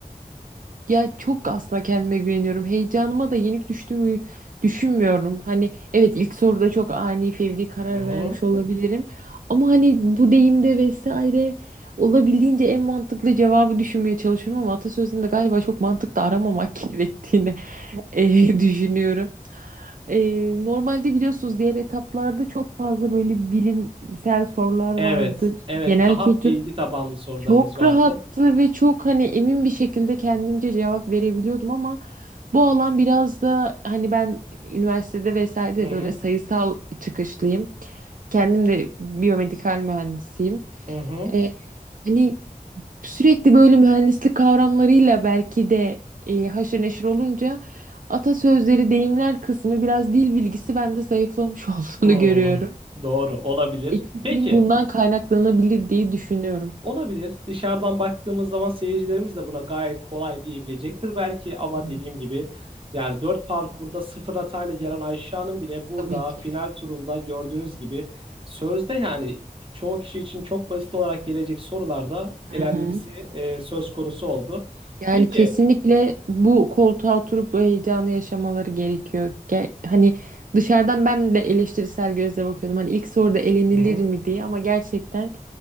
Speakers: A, on the right; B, on the right.
A: Ya çok aslında kendime güveniyorum. Heyecanıma da yenik düştüğümü düşünmüyorum. Hani evet ilk soruda çok ani fevri karar
B: Hı hı.
A: vermiş olabilirim. Ama hani bu deyimde vesaire olabildiğince en mantıklı cevabı düşünmeye çalışıyorum ama atasözünde galiba çok mantıklı aramamak <laughs> gerektiğini eh, düşünüyorum. Eh, normalde biliyorsunuz diğer etaplarda çok fazla böyle bilimsel sorular vardı.
B: Evet,
A: İşte
B: evet.
A: genel
B: Daha
A: kültür
B: bilgi tabanlı sorularımız
A: çok
B: vardı.
A: rahattı ve çok hani emin bir şekilde kendimce cevap verebiliyordum ama bu alan biraz da hani ben üniversitede vesaire de
B: Hı
A: böyle
B: hı,
A: sayısal çıkışlıyım. Kendim de biyomedikal mühendisiyim.
B: hı hı.
A: Ee, hani sürekli böyle mühendislik kavramlarıyla belki de e, haşır neşir olunca atasözleri, deyimler kısmı biraz dil bilgisi bende zayıflamış <laughs> olduğunu
B: hı.
A: görüyorum.
B: Doğru, olabilir.
A: Eksikliğim
B: Peki,
A: bundan kaynaklanabilir diye düşünüyorum.
B: olabilir. Dışarıdan baktığımız zaman seyircilerimiz de buna gayet kolay diyebilecektir belki ama
A: Hı hı.
B: dediğim gibi yani 4 parkurda sıfır hatayla gelen
A: Yok
B: Ayşe Hanım bile burada
A: tabii ki.
B: final turunda gördüğünüz gibi sözde yani çoğu kişi için çok basit olarak gelecek sorularda
A: Hı
B: elenmesi
A: hı.
B: e, söz konusu oldu.
A: Yani
B: Peki.
A: kesinlikle bu koltuğa oturup bu heyecanı yaşamaları gerekiyor. Ge- hani dışarıdan ben de eleştirisel gözle bakıyordum. Hani ilk soruda elenilir
B: Hı hı.
A: mi diye ama gerçekten